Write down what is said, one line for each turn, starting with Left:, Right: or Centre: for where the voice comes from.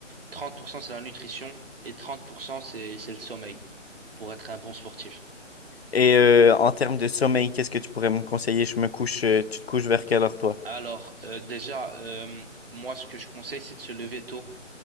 Right: 30% c'est la nutrition et 30% c'est, c'est le sommeil pour être un bon sportif.
Left: Et euh, en termes de sommeil, qu'est-ce que tu pourrais me conseiller? Je me couche, euh, tu te couches vers quelle heure, toi?
Right: Alors, euh, déjà, euh, moi, ce que je conseille, c'est de se lever tôt.